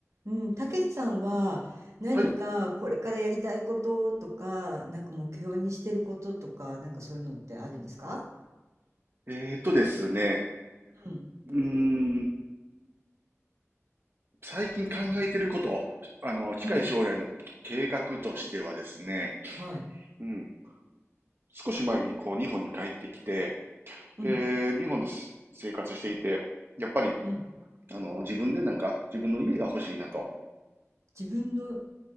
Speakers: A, on the right; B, on the right.
A: うん、たけしさんは何かこれからやりたいこととか、
B: はい。
A: なんか目標にしてることとか、なんかそういうのってあるんですか
B: えーっとですね。
A: うん、
B: うーん、最近考えてること、あの、近い将来の計画としてはですね、
A: うん、はい、
B: うん、少し前にこう、日本に帰ってきて、
A: うん、
B: で、日本です生活していて、やっぱり、
A: うん。
B: あの、自分でなんか、自分の家が欲しいなと。
A: 自分の